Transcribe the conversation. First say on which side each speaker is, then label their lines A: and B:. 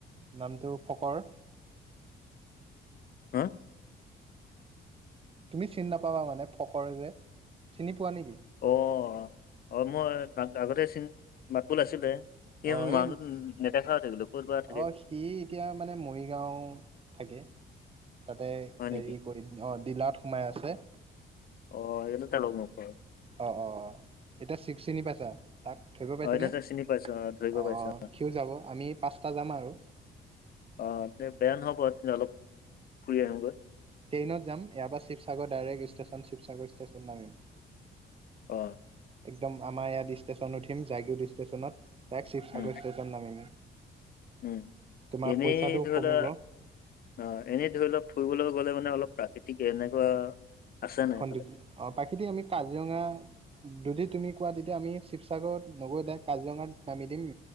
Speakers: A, on the right; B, on the left.
A: নামটো ফকৰ
B: হা
A: তুমি চিনি নাপাবা মানে ফকৰে যে চিনি পোৱা নেকি
B: অঁ অ মই তাক আগতে মাতবোল আছিলে সেইবোৰ
A: অ এই
B: মানুহত নেদেখা হৈ থাকিলো ক'ত বা থাকে
A: অ সি এতিয়া মানে মৰিগাঁও থাকে তাতে
B: হয়
A: হেৰি
B: নেকি
A: কৰি অ ডিলাৰত সোমাই আছে।
B: অ <unintelligible>
A: অঁ অঁঁ এতিয়া ছিক্স চিনি পাইছা তাক সি গৈ পাইছেনে
B: অ এতিয়া তাক চিনি পাইছো অ ধৰিব
A: অঁ
B: পাইছো
A: সিও যাব আমি পাঁচটা যাম আৰু
B: অ দে বেয়া নহ'ব তেন্ত অলপ ফুৰি আহোগৈ
A: ট্ৰেইনত যাম ইয়াৰ পৰা Sivasagar direct station Sivasagar station নামিম।
B: অ
A: একদম আমাৰ ইয়াত ষ্টেচন উঠিম জাইউড ষ্টেচনত দাইৰেক্ট শিৱসাগৰ
B: উম
A: ষ্টেচন নাম
B: উম
A: তোমাৰ
B: এনেই
A: পইচাটো
B: ধৰি
A: কমিব।
B: লোৱা অ এনেই ধৰিলক ফুৰিবলৈ গলে মানে অলপ প্ৰাকৃতিক এনেকুৱা আছে নাই
A: সংযোগ
B: এইফালে
A: অ প্ৰাকৃতিক আমি কাজিৰঙা যদি তুমি কোৱা তেতিয়া আমি শিৱসাগৰত নগৈ দাইৰেক্ট কাজিৰঙাত নামি দিম।